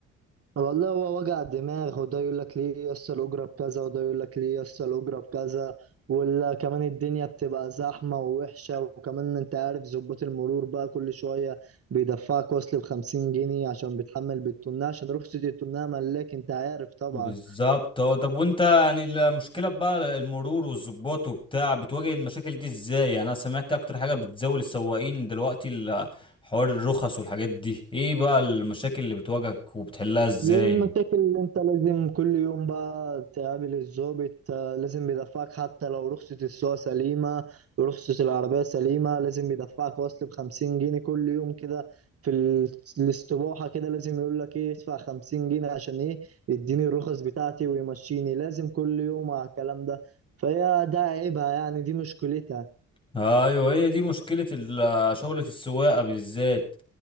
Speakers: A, on the right (about 50°); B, on the left (about 15°).
A: والله هو وجع دماغ وده يقول لك ليه يسطا الأجرة بكذا وده يقول لك ليه يسطا الأجرة بكذا وكمان الدنيا بتبقى زحمة ووحشة وكمان أنت عارف ظباط المرور بقى كل شوية بيدفعك وصل بخمسين جنيه عشان بتحمل بالتونة عشان رخصة التونة ملاك أنت عارف طبعا
B: بالظبط اه طب وانت يعني المشكلة بقى المرور والظباط وبتاع بتواجه المشاكل دي ازاي يعني انا سمعت اكتر حاجة بتزاول السواقين دلوقتي ال- حوار الرخص والحاجات دي ايه بقى المشاكل اللي بتواجهك وبتحلها ازاي
A: المشاكل اللي انت لازم كل يوم بقى تقابل الضابط آه، لازم بيدفعك حتى لو رخصة السواقة سليمة رخصة العربية سليمة لازم بيدفعك وصل بخمسين جنيه كل يوم كده في ال- الاستباحة كده لازم يقول لك ايه ادفع خمسين جنيه عشان ايه يديني الرخص بتاعتي ويمشيني لازم كل يوم على الكلام ده فهي ده عيبها يعني دي مشكلتها
B: ايوه هي دي مشكله ال- شغله السواقه بالذات